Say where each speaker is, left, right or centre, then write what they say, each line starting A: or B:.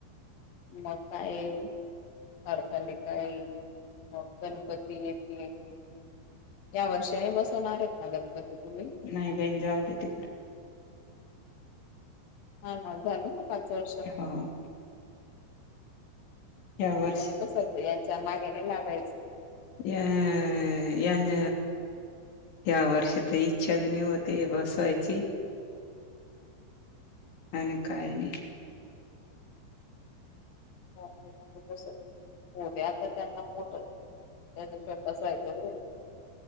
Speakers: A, on the left; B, on the left.
A: म काय हरतालिका येईल मग गणपती येतील. या वर्षाने बसवणार आहेत ना गणपती तुम्ही
B: नाही बही जाऊ द तिकडें
A: ह ना झालं ना पाच वर्ष
B: हो या वर्षी
A: आता नाही बसवायच यांच्या मागे नाही लागायचं.
B: या यांन या वर्षीतर इच्छा बी नाही होती बसवायची आणि काय नाही
A: <unintelligible> <unintelligible>